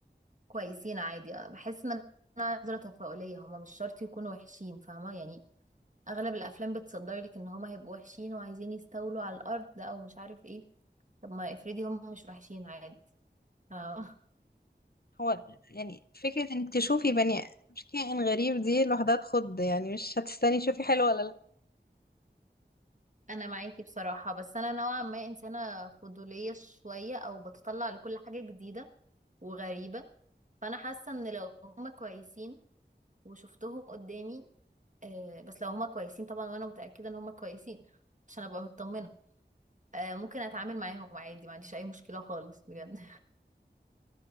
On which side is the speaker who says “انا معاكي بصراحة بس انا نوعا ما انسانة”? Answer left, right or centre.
Right